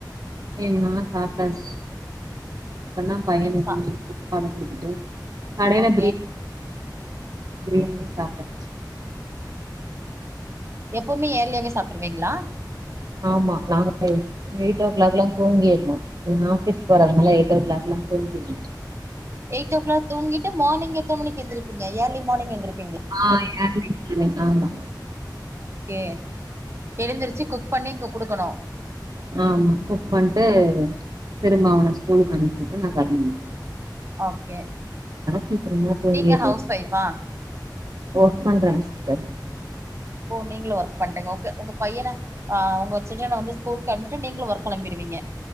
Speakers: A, on the right; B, on the right.
A: ஏ நா சாப்ட்டாஷ் இப்பந்தா பையனுக்கு
B: நீங்க சா
A: ஊட்டி விட்ட
B: ஓகே
A: பிரியாணியு சாப்ட்டாச்சு
B: எப்பமே ஏர்லியாவே சாப்ட்ருவீங்ளா
A: ஆமா நாங்க <inaudible> எயிட் ஓ கிளாக் லா தூங்கிருனு இவுங்க ஆஃபீஸ் போறாங்ளா எயிட் ஓ கிளாக் லா தூங்கிருனு
B: எய்ட் ஓ கிளாக் தூங்கிட்டு மார்னிங் எத்தன மணிக்கெந்திருப்பீங்க இயர்லி மார்னிங் எந்திருப்
A: ஆ ஏர்லி மார்னிங் ஆமா
B: ஓகே எழுந்திருச்சி குக் பண்ணி இங்க குடுக்கணு
A: ஆமா குக் பண்ட்டு திரும்ப அவன ஸ்கூலுக்கு அனுப்பிட்டு நா கெளம்புனோ
B: ஓகே
A: சீக்கிரமா தூங்கிர்றது
B: நீங்க ஹவுஸ் ஒய்ஃப்பா
A: ஒர்க் பண்றங் சிஸ்டர்
B: ஓ நீங்களோ ஒர்க் பண்றீங்க ஓகே உங்க பையன ஆ உங்க சில்ட்ரன்ன வந்து ஸ்கூல்க்கு அம்ட்டு நீங்களும் ஒர்க் கெளம்பிடுவீங்க